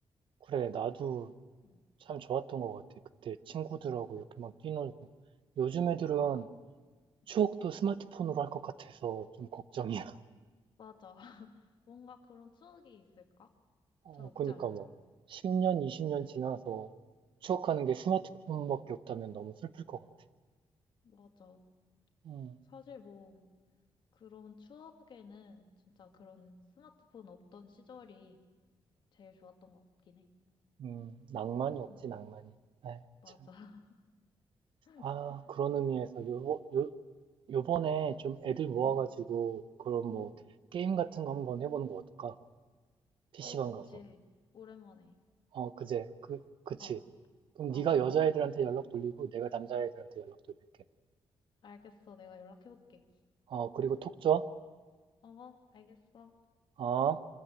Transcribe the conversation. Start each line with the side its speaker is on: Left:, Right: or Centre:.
Right: 그래, 나도
Left: 음.
Right: 참 좋았던 것 같아. 그때 친구들하고 이렇게 막 뛰놀고. 요즘 애들은 추억도
Left: 음.
Right: 스마트폰으로 할 것 같아서 좀 걱정이야.
Left: 맞아. <laughs> 뭔가 그런 추억이 있을까?
Right: 어,
Left: 잘 없지
Right: 그러니까
Left: 않을까?
Right: 뭐 10년,
Left: 응,
Right: 20년 지나서 추억하는 게 스마트폰밖에 없다면 너무 슬플 것 같아.
Left: 맞아.
Right: 음,
Left: 사실 뭐, 그런 추억에는 진짜 그런 스마트폰 없던 시절이 제일 좋았던 것 같긴 해.
Right: 음, 낭만이 없지,
Left: 응,
Right: 낭만이. 에이,
Left: 맞아.
Right: 참.
Left: <laughs>
Right: 아, 그런 의미에서 요, 요, 요번에 좀 애들 모아가지고
Left: 응.
Right: 그런 뭐
Left: 응.
Right: 게임 같은 거 한번 해보는 거 어떨까? PC방
Left: 어, 좋지.
Right: 가서.
Left: 오랜만에.
Right: 어, 그제, 그, 그치.
Left: 어,
Right: 그럼
Left: 어.
Right: 네가 여자애들한테 연락 돌리고 내가 남자애들한테 연락 돌릴게.
Left: 알겠어. 내가 연락해볼게.
Right: 어, 그리고 톡 줘.
Left: 어, 알겠어.
Right: 어?